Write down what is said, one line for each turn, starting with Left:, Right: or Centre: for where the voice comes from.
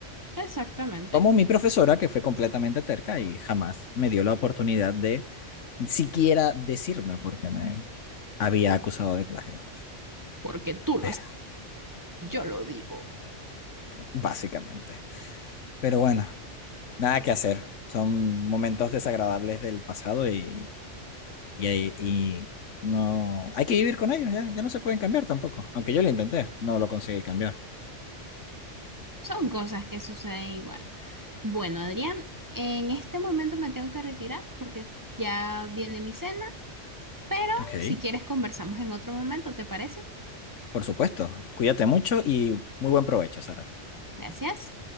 Right: exactamente,
Left: Como mi profesora, que fue completamente terca y jamás me dio la oportunidad de siquiera decirme porque me había acusado de plagio.
Right: porque tú
Left: Pero,
Right: lo digo.
Left: básicamente. Pero bueno, nada que hacer. Son momentos desagradables del pasado y, y, ahí- y no... Hay que vivir con ellos, ya, ya no se pueden cambiar tampoco. Aunque yo lo intenté, no lo conseguí cambiar.
Right: Son cosas que suceden igual. Bueno, Adrián, en este momento me tengo que retirar porque ya viene mi cena, pero
Left: Ok,
Right: si quieres conversamos en otro momento, ¿te parece?
Left: por supuesto. Cuídate mucho y muy buen provecho, Sara.
Right: Gracias.